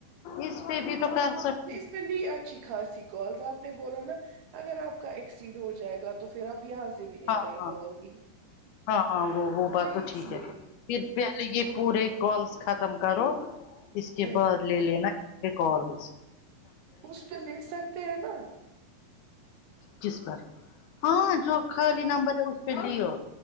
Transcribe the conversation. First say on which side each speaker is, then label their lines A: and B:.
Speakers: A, on the left; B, on the right.
A: اس پہ بھی تو کر سکتے
B: ے اچھی خاصی کالز آپ نے بولا نا اگر آپ کا ایکسیڈ ہو جائے گا تو پھر آپ یہاں سے بھی نہیں
A: ہاں
B: کر
A: ہاں
B: پاؤ گی
A: ہاں ہاں وہ وہ بات
B: وہی
A: تو
B: اس
A: ٹھیک
B: لیے
A: ہے
B: تھی،
A: پھر پہلے یہ پورے کالس ختم کرو اس کے
B: وہی
A: بعد لے لینا پہ کالس
B: اس پہ لے سکتے ہیں نا
A: کس پر ہاں جو خالی نمبر ہے اس پہ لو